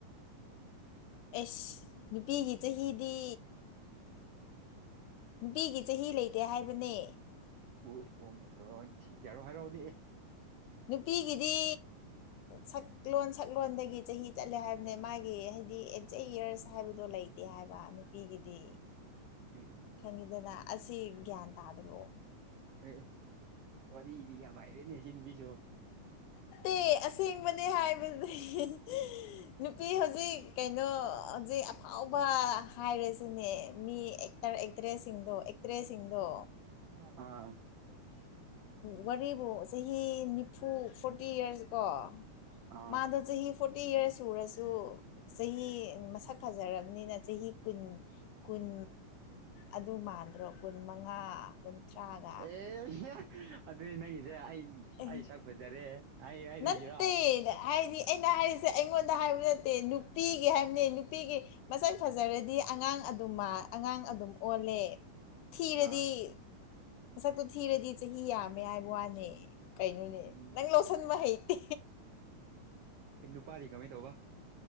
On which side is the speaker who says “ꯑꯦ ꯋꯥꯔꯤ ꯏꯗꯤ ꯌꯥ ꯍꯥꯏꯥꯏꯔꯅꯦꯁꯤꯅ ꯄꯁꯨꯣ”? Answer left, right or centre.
Right